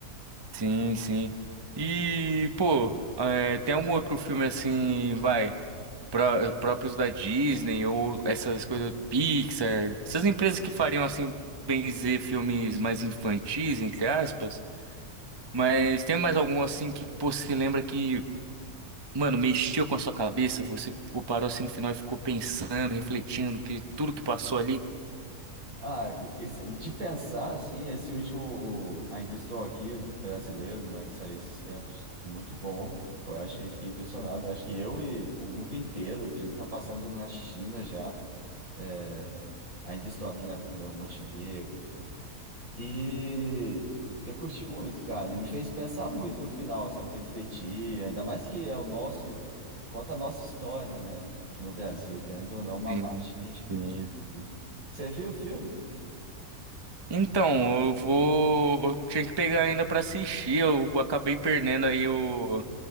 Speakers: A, on the right; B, on the right.
A: Sim, sim. E, pô, é, tem algum outro filme assim, vai, pró- próprios da Disney ou essas coisas Pixar, essas empresas que fariam assim, bem dizer, filmes mais infantis, entre aspas, mas tem mais algum assim que pô, você lembra que, mano, mexeu com a sua cabeça, você pô, parou assim no final e ficou pensando, refletindo que tudo que passou ali?
B: Ah, esse- de pensar, assim, esse último o Ainda Estou Aqui, do brasileiro, né, que saiu esses tempos, muito bom. Foi, achei, fiquei impressionado. Acho que eu e o mundo inteiro, o filme está passando na China já. É, Ainda Estou Aqui na Fernando Montenegro, E eu curti muito, cara. E me fez pensar muito no final, sabe? Refletir, ainda mais que é o nosso, conta a nossa história, né? Aqui no Brasil, querendo ou não, uma
A: Sim,
B: parte que a gente viveu
A: sim.
B: aqui. Você viu o filme?
A: Então, eu vou. Eu tinha que pegar ainda pra assistir. Eu acabei perdendo aí o.